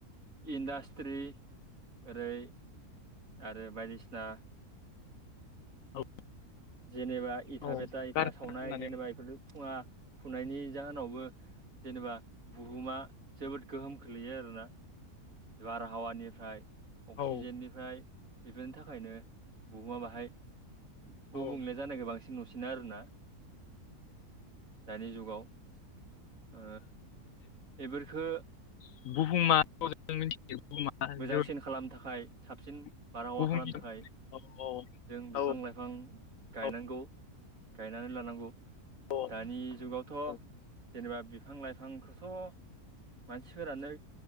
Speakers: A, on the right; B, on the left.
A: इन्डास्ट्रि ओरै आरो बायदिसिना
B: औ
A: जेनेबा इथा
B: औ
A: बेथा इथा
B: कारखाना
A: सावनाय
B: होननानै
A: जेनेबा बेफोरलु फुुंखुनायनि जाहोनावबो जेनेबा बुहुमा जोबोद गोहोम खोलैयो आरोना बारहावानिफ्राय अक्सिजेननि
B: औ
A: ओमफ्राय बेफोरनि थाखायनो बुहुमा बाहाय गुबुंले
B: औ
A: जानायखौ बांसिन नुसिना आरोना दानि जुगाव ओ बेफोरखो
B: बुहुम माहारिखौ <unintelligible>
A: मोजांसिन खालामनो थाखाय
B: औ
A: साबसिन बारहावा
B: औ
A: खालामनो थाखाय
B: औ
A: जों बिफां गायनांगौ
B: औ
A: गायनानै लानांगौ
B: औ
A: दानि जुगावथ
B: औ
A: जेनेबा बिफां लाइफांखौथ' मानसिफोरानो